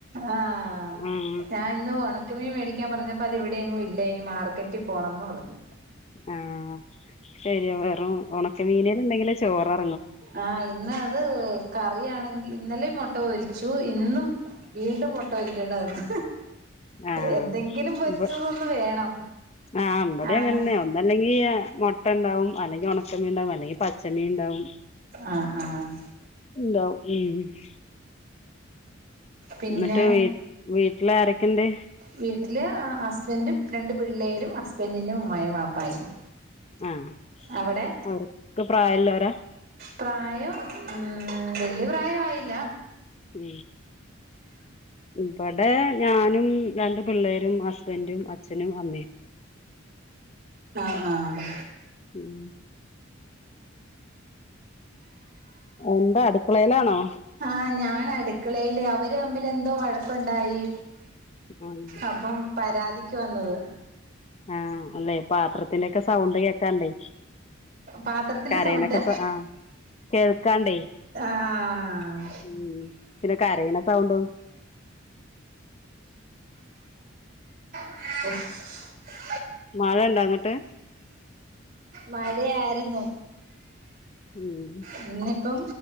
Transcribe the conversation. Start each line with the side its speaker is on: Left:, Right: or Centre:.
Right: ആഹ്
Left: ഉം
Right: ഞാൻ ഇന്ന് ഒണക്കമീൻ മേടിക്കാൻ പറഞ്ഞ പ്പ അതിവിടെ എങ്ങും ഇല്ല ഇനി മാർക്കറ്റിൽ പോണന്ന് പറഞ്ഞു
Left: ആഹ് ശരിയാ വെറും ഒണക്കമീനേലുണ്ടെങ്കിലെ ചോറെ
Right: ആഹ് ഇന്ന് അത് എ് കറിയാണെങ്കി ഇന്നലെം മൊട്ട പൊരിച്ചു ഇന്നും വീണ്ടും മൊട്ട പൊരിക്കേണ്ട വന്നു
Left: ആഹ്
Right: എന്തെങ്കിലും പൊരിച്ചതൊന്ന്
Left: ഇവ
Right: വേണം
Left: ആഹ് മ്പടെ
Right: ആഹ്
Left: അങ്ങനെന്നെ ഒന്നല്ലെങ്കി എ് മൊട്ട ഇണ്ടാവും അല്ലെങ്കി ഒണക്കമീൻ ഇണ്ടാവും അല്ലെങ്കി പച്ചമീൻ ഇണ്ടാവും
Right: ആഹ് ആഹ്
Left: ഉണ്ടാവും ഉം
Right: പിന്നെ
Left: ന്നിട്ട് വീ വീട്ടില് ആരൊക്കെണ്ട്
Right: വീട്ടില് ഹസ്ബൻ്റും രണ്ട് പിള്ളേരും ഹസ്ബൻ്റിന്റെ ഉമ്മായും വാപ്പായും
Left: ആഹ്
Right: അവിടെ
Left: അവർക്ക് പ്രായല്ലോരാ
Right: പ്രായം ഉം വല്യ പ്രായം ആയില്ല
Left: ഉം ഇബടെ ഞാനും രണ്ട് പിള്ളേരും ഹസ് ബന്റും അച്ഛനും അമ്മേം
Right: ആഹ് ആഹ്
Left: ഉം എന്താ അടുക്കളേലാണോ
Right: ആഹ് ഞാൻ അടുക്കളയില് അവര് അമ്മില് എന്തോ വഴക്കുണ്ടായി
Left: ആഹ്
Right: അപ്പം പരാതിക്ക് വന്നത്
Left: ആഹ് അല്ലെ പാത്രത്തിന്റെക്കെ സൗണ്ട് കേക്കാണ്ടേ
Right: പാത്രത്തിന്റെ
Left: കരേണക്ക
Right: സൗണ്ട്
Left: സ അ കേൾക്കാണ്ടേ
Right: ആഹ്
Left: ഉം പിന്നെ കരയണ സൗണ്ടും <inaudible>
Right: ഉഫ്
Left: മഴ ഇണ്ടാ അങ്ങിട്ട്
Right: മഴയായിരുന്നു
Left: ഉം
Right: ഇന്നിപ്പം